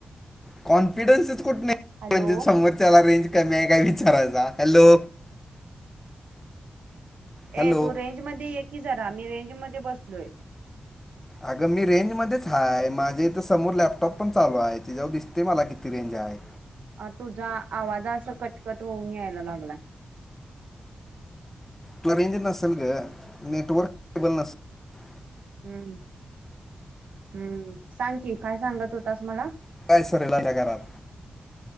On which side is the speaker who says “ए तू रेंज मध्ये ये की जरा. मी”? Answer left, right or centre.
Right